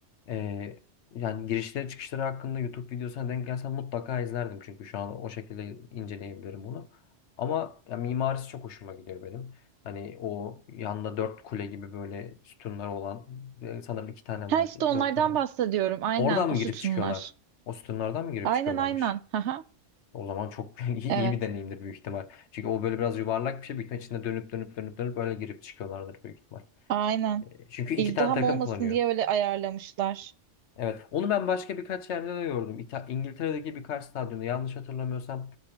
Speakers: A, on the left; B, on the right.
A: e, yani girişleri çıkışları hakkında YouTube videosuna denk gelsem mutlaka izlerdim. Çünkü şu an o şekilde inceleyebilirim onu. Ama ya, mimarisi çok hoşuma gidiyor benim. Hani o yanda dört kule gibi böyle sütunlar olan e, sanırım iki tane
B: Ha
A: vardı.
B: işte onlardan
A: Dört tane
B: bahsediyorum. Aynen
A: Oradan
B: o
A: mı
B: sütunlar.
A: girip çıkıyorlar? O sütunlardan mı girip
B: Aynen
A: çıkıyorlarmış?
B: aynen. Haha.
A: O zaman çok <laughs> iyi
B: Evet.
A: iyi bir deneyimdir büyük ihtimal. Çünkü o böyle biraz yuvarlak bir şey. Büyük ihtimal içinde dönüp dönüp dönüp dönüp öyle girip çıkıyorlardır büyük ihtimal.
B: Aynen.
A: E, Çünkü iki
B: İzdiham
A: tane takım
B: olmasın
A: kullanıyor.
B: diye öyle ayarlamışlar.
A: Evet. Onu ben başka birkaç yerde de gördüm. İta- İngiltere'deki birkaç stadyumda yanlış hatırlamıyorsam